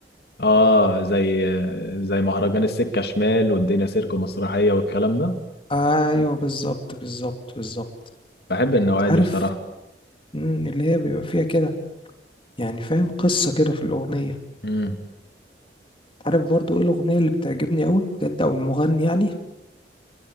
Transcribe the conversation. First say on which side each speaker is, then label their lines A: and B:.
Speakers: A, on the left; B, on the left.
A: اه زي آه، زي مهرجان السكة شمال والدنيا سيرك ومسرحية والكلام ده
B: أيوه بالظبط بالظبط بالظبط
A: بحب النوعية
B: أنت
A: دي
B: عارف
A: بصراحة
B: مم، اللي هي بيبقى فيها كده يعني فاهم قصة كده في الأغنية
A: امم
B: أنت عارف برضو إيه الأغنية اللي بتعجبني أوي بجد أو المغني يعني